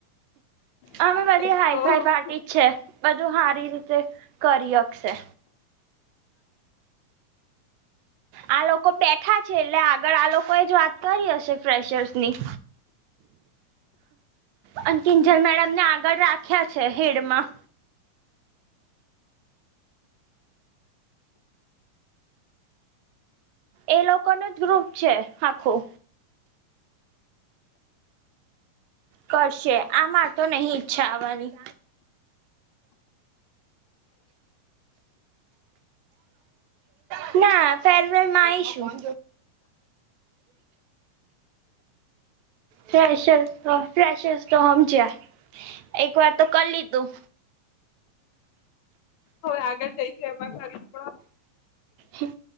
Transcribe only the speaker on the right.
અમે વધ
હાઈ
ફાઈ પાર્ટી છે બધું સારી રીતે કરી હકશે આ લોકો બેઠા છે એટલે આગળ આ લોકો એ જ વાત કરી હશે ફેશર્સની અને કિંજણ મેડમને આગળ રાખ્યા છે હેડમાં એ લોકો નું જ ગ્રુપ છે આખું કરશે આમાં તો નહ ઈચ્છા આવવાની હ ના ફેરવેલ માં આવીશું હ ઈશ્ર ફેશસ તો સમજ્યા એક વાર તો કરી લીધું
હ